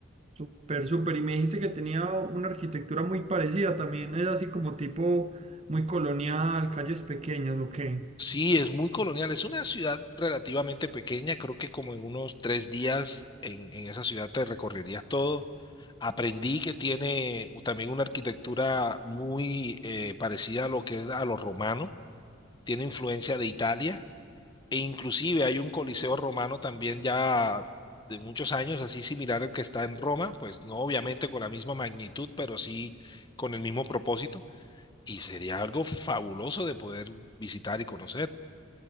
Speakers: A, on the right (about 30°); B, on the left (about 20°).
A: súper, súper. Y me dijiste que tenía una arquitectura muy parecida, también es así como tipo muy colonial, calles pequeñas, ¿o qué?
B: Sí, es muy colonial, es una ciudad relativamente pequeña, creo que como en unos tres días en, en esa ciudad te recorrerías todo. Aprendí que tiene también una arquitectura muy eh, parecida a lo que es a lo romano, tiene influencia de Italia E inclusive hay un coliseo romano también ya de muchos años, así similar al que está en Roma, pues no obviamente con la misma magnitud, pero sí con el mismo propósito. Y sería algo fabuloso de poder visitar y conocer.